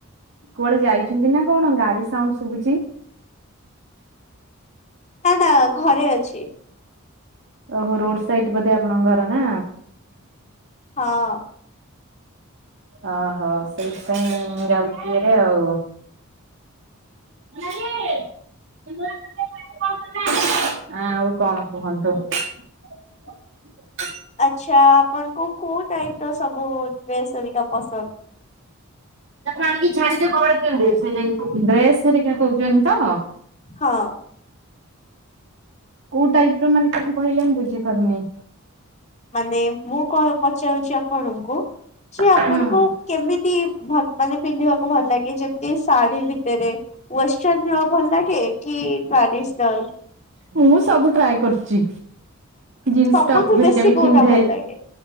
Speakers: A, on the right; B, on the left.
A: କୁଆଡେ ଯାଇଛନ୍ତି ନା କଣ ଗାଡି ସାଉଣ୍ଡ ଶୁଭୁଛି?
B: ନା ନା ଘରେ ଅଛି।
A: ଓହୋ ରୋଡ ସାଇଡି ବୋଧେ ଆପଣଙ୍କ ଘର ନା?
B: ହଁ।
A: ଓହୋ ସେଇଥିପାଇଁ ଯାଉଛିରେ ଆଉ <inaudible> ଆ ଆଉ କଣ କୁହନ୍ତୁ? <inaudible>
B: ଆଛା ଆପଣଙ୍କୁ କୋଉ ଟାଇପ ର ସବୁ ଡ୍ରେସ୍ ହେରିକା ପସନ୍ଦ?
A: ତାକୁ ଆଣିକି ଛାଡିଦିଅ କବାଟ <inaudible> ଡ୍ରେସ୍ ହେରୀକା କହୁଛନ୍ତି ତ?
B: ହଁ।
A: କୋଉ ଟାଇପ ର ମାନେ କଣ କହିଲେ ମୁଁ ବୁଝିପାରୁନି?
B: ମାନେ ମୁଁ କଣ ପଚାରୁଛି ଆପଣଙ୍କୁ ସେ ଆପଣଙ୍କୁ
A: ହୁଁ
B: କେମିତି ଭଲ୍ ମାନେ ପିନ୍ଧିବାକୁ ଭଲ ଲାଗେ ଯେମିତି ଶାଢୀ ବି ତେବେ ୱେଷ୍ଟର୍ନ ର ଭଲ ଲାଗେ କି ଟ୍ରାଡିସ୍ନାଲ୍?
A: ମୁଁ ସବୁ ଟ୍ରାଏ କରୁଛି। ଜିନ୍ସ
B: ସବୁଠୁ
A: ଟପ୍ ଧରିକା
B: ବେଶୀ
A: ବି
B: କୋଉଟା
A: ପିନ୍ଧେ
B: ଭଲ ଲାଗେ